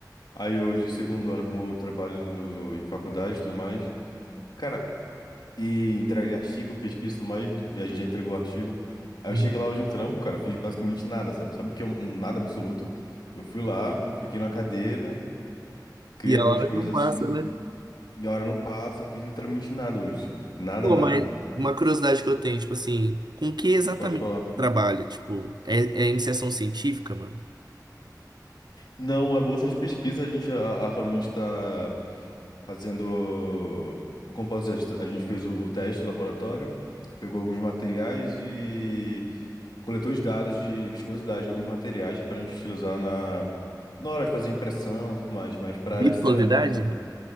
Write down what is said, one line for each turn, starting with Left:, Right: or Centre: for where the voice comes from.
Left: Aí hoje, segundona, como eu trabalho no- em faculdade e tudo mais. Cara, e entrega de artigo, pesquisa e tudo mais, e a gente já entregou o artigo. Aí
Right: Uhum.
Left: eu cheguei lá hoje no trampo, cara, fiz basicamente nada, sabe? Sabe o que é um um nada absoluto? Eu fui lá, fiquei na cadeira. Cria
Right: E a
Left: algumas
Right: hora
Left: coisas
Right: não passa,
Left: assim
Right: né?
Left: e a hora não passa, fiz literalmente nada hoje, tipo, nada,
Right: Pô,
Left: nada.
Right: mas uma curiosidade que eu tenho, tipo assim, com que exatamente
Left: Pode falar.
Right: você trabalha? Tipo, é, é iniciação científica, mano?
Left: Não, é bolsa de pesquisa, a gente a- atualmente está fazendo, como posso dizer, a gente fez o, o teste do laboratório, pegou alguns materiais e coletou os dados de viscosidade de alguns materiais para a gente utilizar na, na hora de fazer impressão e tudo mais, mas para a área
Right: Viscosidade?
Left: de cerâmica, sabe?